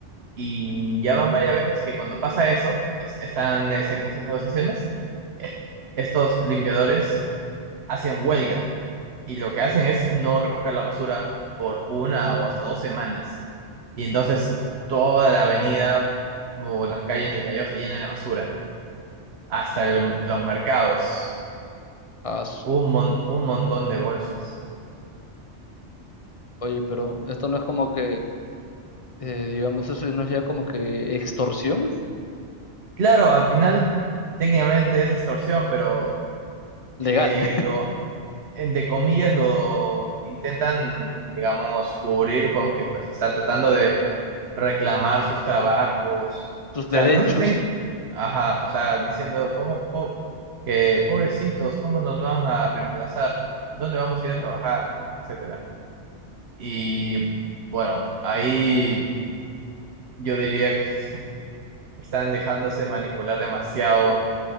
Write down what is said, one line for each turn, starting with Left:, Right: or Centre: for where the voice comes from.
Right: Y ya van varias veces que cuando pasa eso, es- están es- en esas negociaciones, eh, estos limpiadores hacen huelga y lo que hacen es no recoger la basura por una o hasta dos semanas. Y entonces toda la avenida o las calles de Callao se llenan de basura, hasta el- los mercados,
Left: Ah, su-
Right: un, mon- un montón de bolsas.
Left: Oye, pero esto no es como que, eh, digamos, eso no es ya como que extorsión
Right: Claro, al final técnicamente es extorsión, pero
Left: legal,
Right: eh,
Left: <laughs>
Right: lo entre comillas, lo intentan, digamos, cubrir con que pues están tratando de reclamar sus trabajos.
Left: tus
Right: O
Left: derechos.
Right: sea, no se estén, ajá, o sea, diciendo cómo po- que pobrecitos, cómo nos van a reemplazar, dónde vamos a ir a trabajar, etcétera. Y bueno, ahí yo diría que se están dejándose manipular demasiado